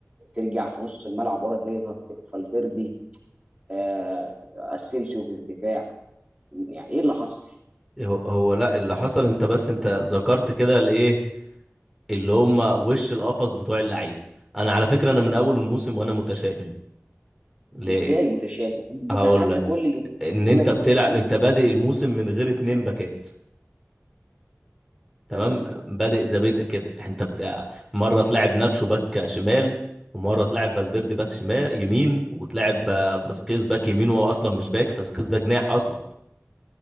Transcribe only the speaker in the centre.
هو هو لا اللي حصل انت بس انت ذكرت كده الايه اللي هم وش القفص بتوع اللعيبه انا على فكره انا من اول الموسم وانا متشائم ليه
هقول
لك
ان
انت
بتلعب
انت بادئ الموسم من غير اتنين باكات تمام
بادئ زي بدء كده انت بتاع مره تلعب ناتشو باك شمال ومره تلعب فالفيردي باك شمال يمين وتلعب آه، فاسكيز باك يمين وهو اصلا مش باك فاسكيز ده جناح اصلا